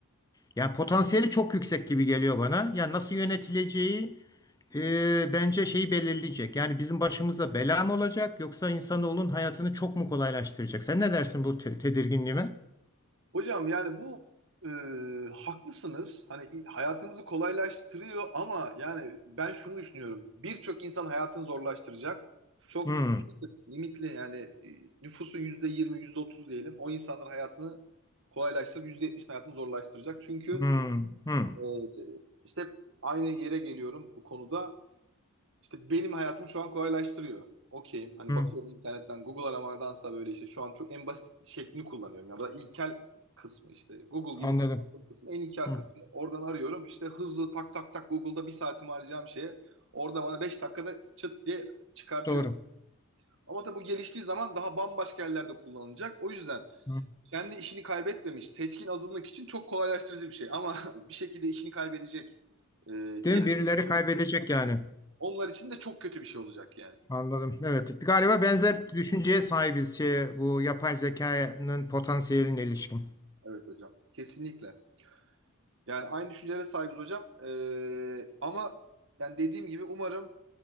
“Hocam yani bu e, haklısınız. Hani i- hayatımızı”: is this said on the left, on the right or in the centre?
Right